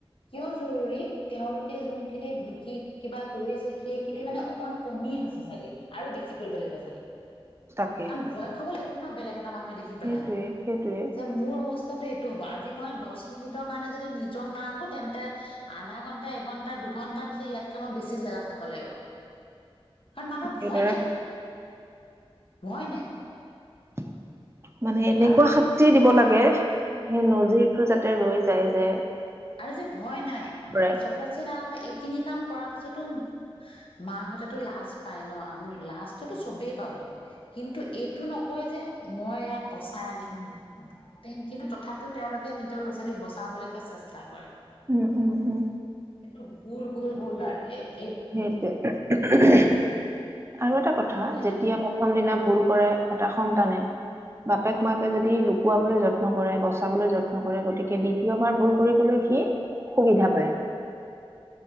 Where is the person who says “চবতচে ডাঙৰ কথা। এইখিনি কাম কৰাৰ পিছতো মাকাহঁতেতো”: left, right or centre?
Left